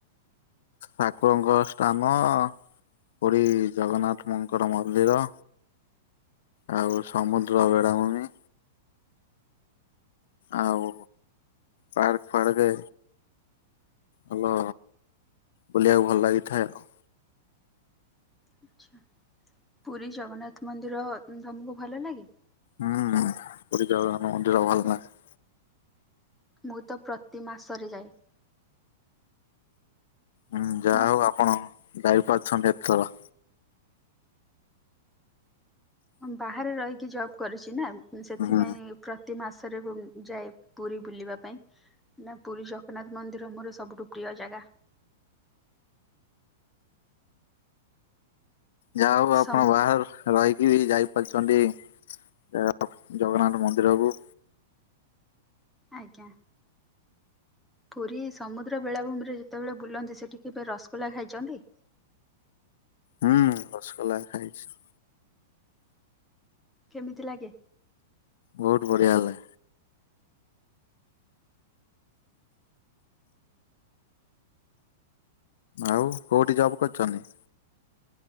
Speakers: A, on the left (about 60°); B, in the centre.
A: ଠାକୁରଙ୍କ ସ୍ଥାନ ପୁରୀ ଜଗନ୍ନାଥ ମଙ୍କର ମନ୍ଦିର। ଆଉ ସମୁଦ୍ର ଭେଡଭୂମି ଆଉ ପାର୍କ ଫାର୍କ ହଲୋ ବୁଲିବାକୁ ଭଲ ଲାଗିଥାଏ ଆଉ।
B: ଆଛା ପୁରୀ ଜଗନ୍ନାଥ ମନ୍ଦିର ତମକୁ ଭଲ ଲାଗେ?
A: ହୁଁ ପୁରୀ ଦ୍ଵାର ମନ୍ଦିର ଭଲ ନାହିଁ।
B: ମୁଁ ତ ପ୍ରତି ମାସରେ ଯାଏ।
A: ହୁଁ ଯାହା
B: ମତ
A: ହଉ ଆପଣ ଯାଇ ପାରୁଛନ୍ତି ଏତେଥର।
B: ବାହାରେ ରହିକି ଜବ୍ କରୁଛି ନା ସେଥିପାଇଁ
A: ହୁଁ
B: ପ୍ର ପ୍ରତି ମାସରେ ଯାଏ ପୁରୀ ବୁଲିବା ପାଇଁ। ନା ପୁରୀ ଜଗନ୍ନାଥ ମନ୍ଦିର ଆମର ସବୁଠୁ ପ୍ରିୟ ଜାଗା।
A: ଯା ହଉ ଆପଣ
B: ସମୁ
A: ବାହାରୁ ରହିକି ବି ଯାଇପାରୁଛନ୍ତି ଜଗନ୍ନାଥ ମନ୍ଦିରକୁ।
B: ଆଜ୍ଞା। ପୁରୀ ସମୁଦ୍ର ବେଳାଭୂମିରେ ଯେତେବେଳେ ବୁଲନ୍ତି ସେଠି କେବେ ରସଗୋଲା ଖାଇଛନ୍ତି?
A: ହୁଁ ରସଗୋଲା ଖାଇଛି।
B: କେମିତି ଲାଗେ?
A: ବହୁତ୍ ବଢିଆ ହେଲେ। ଆଉ କୋଉଠି ଜବ୍ କରିଛନ୍ତି?